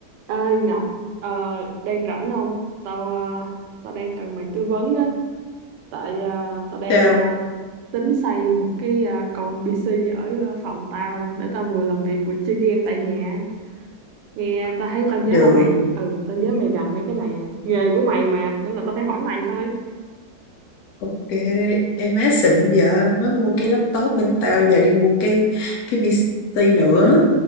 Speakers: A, on the right; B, on the left.
A: Ơi Ngọc, ờ, đang rảnh không? Tao ờ, tao đang cần mày tư vấn á, tại ờ, tao đang
B: Tao
A: ờ, tính xây một cái ờ, con PC ở ờ, phòng tao để tao vừa làm việc vừa chơi game tại nhà. Nghe tao thấy tao nhớ
B: được
A: là mày, ừ, tao nhớ mày rành mấy cái này, à. nghề của mày mà, nên là tao phải hỏi mày thôi.
B: ok em má xịn vợ mới mua cái laptop bên tao giờ đi mua cái cái PC nữa